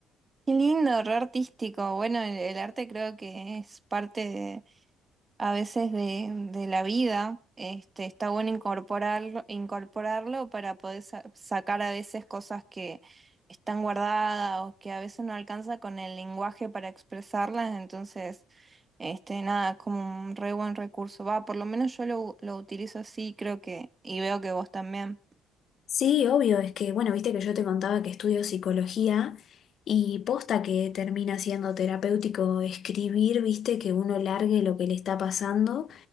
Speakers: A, on the right; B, on the left.
A: Qué lindo, re artístico. Bueno, el, el arte creo que es parte a veces de, de la vida, este, está bueno incorporarlo, incorporarlo para poder sa- sacar a veces cosas que están guardadas o que a veces no alcanza con el lenguaje para expresarlas, entonces, este, nada, es como un re buen recurso. Va, por lo menos yo lo, lo utilizo así, creo que, y veo que vos también.
B: Sí, obvio, es que, bueno, viste que yo te contaba que estudio psicología y posta que termina siendo terapéutico escribir, viste, que uno largue lo que le está pasando.